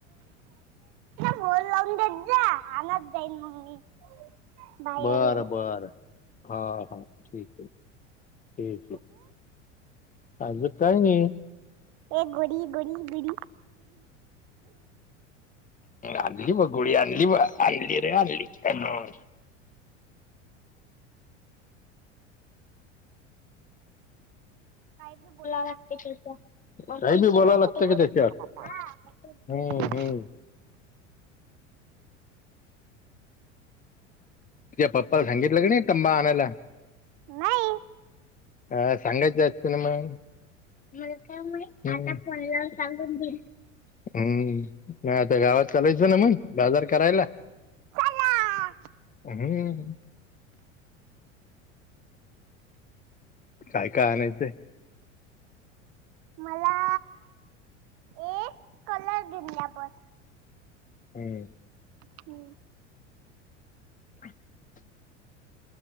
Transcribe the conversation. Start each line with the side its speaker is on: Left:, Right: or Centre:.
Right: फोन लावून देत जा आणत जाईन मग मी बाहेरून
Left: बरं बरं हा हा ठीक क आहे. आहे आज काय नाही
Right: ऐ गडी गोडीडीडी
Left: आणली बघ गोळी आणली बा आणली रे आणली काय
Right: काही बी बोलावं
Left: लागते
Right: लागत त्याच्यात
Left: काही
Right: काहीबी
Left: बी
Right: बोलावं लागतं
Left: का त्याच्यावर
Right: त्याच्यात
Left: हम्म
Right: हा
Left: हम्म तुझ्या पप्पाला सांगितलं का नाही तंबा आणायला
Right: नाही.
Left: अ सांगायचं असत ना मग मला काय माहित आता फोन लावून सांगून देईल हम्म आता गावात चालायच ना मग बाजार करायला
Right: चला
Left: हम्म काय काय आणायचंय
Right: मला एक कलर दिली बस
Left: हम्म
Right: हो
Left: <inaudible>